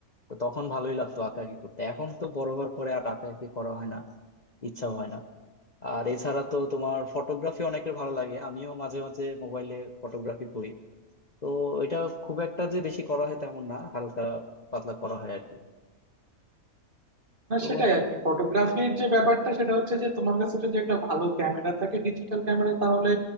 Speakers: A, on the left; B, on the right.
A: তো তখন ভালোই লাগতো আঁকাআঁকি করতে এখন তো বড় হওয়ার পরে আর আঁকাআঁকি করা হয় না ইচ্ছাও হয় না আর এছাড়া তো তোমার ফটোগ্রাফি অনেকের ভালো লাগে আমিও মাঝে মাঝে মোবাইলে ফটোগ্রাফি করি তো এটা খুব একটা যে বেশি করা হয় তেমন না হালকা পাতলা করা হয় আর কি
B: না
A: তো
B: সেটাই আর কি ফটোগ্রাফির যে ব্যাপারটা সেটা হচ্ছে যে তোমার কাছে যদি একটা ভালো ক্যামেরা থাকে ডিজিটাল ক্যামেরা তাহলে